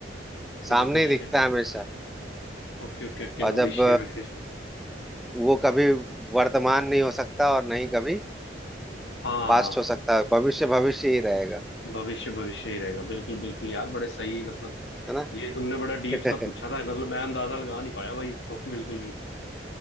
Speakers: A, on the left; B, in the centre.
A: कि
B: सामने
A: भविष्य
B: ही दिखता है हमेशा
A: ओके ओके ओके
B: और
A: भविष्य
B: जब
A: में
B: वो कभी वर्तमान नहीं हो सकता और नहीं कभी
A: हाँ
B: पास्ट हो सकता भविष्य भविष्य ही रहेगा
A: भविष्य भविष्य ही रहेगा बिल्कुल बिल्कुल यार बड़े सही मतलब
B: है ना
A: ये तुमने बड़ा डीप
B: <laughs>
A: सा पूछा था मतलब मैं अंदाजा लगा नहीं पाया भाई इसको <laughs> बिल्कुल भी